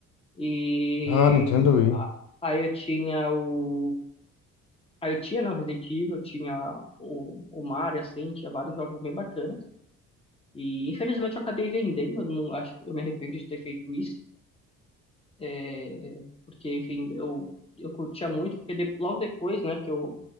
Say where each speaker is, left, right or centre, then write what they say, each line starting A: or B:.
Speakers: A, on the left; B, on the left.
A: E...
B: Ah, Nintendo Wii.
A: a- Aí eu tinha o Aí eu tinha, né, o Resident Evil, tinha o, o Mario, assim, tinha vários jogos bem bacanas. E infelizmente eu acabei vendendo, eu não, acho, eu me arrependo de ter feito isso, é, porque, enfim, eu, eu curtia muito, porque de- logo depois, né, que eu,